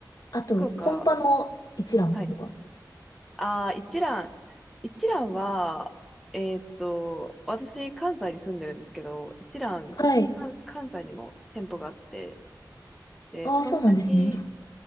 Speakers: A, on the left; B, in the centre.
A: あと、
B: 福岡、
A: 本場の一蘭とか。
B: はい。あー、一蘭。一蘭は、えーっと、私、関西に住んでるんですけど、一蘭、
A: はい。
B: 関関西にも店舗があって、で、
A: ああ、
B: そんなに、
A: そうなんですね。